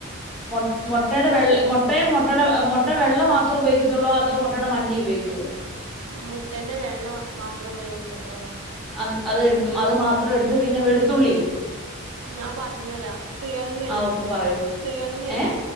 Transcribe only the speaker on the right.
മുട്ടന്റെ വെള്ള മാത്രം ഉപയോഗിക്കത്തോള്ളു
ഞാ പറഞ്ഞരാ കിഴങ്ങില്ലേ
കിഴങ്ങില്ലേ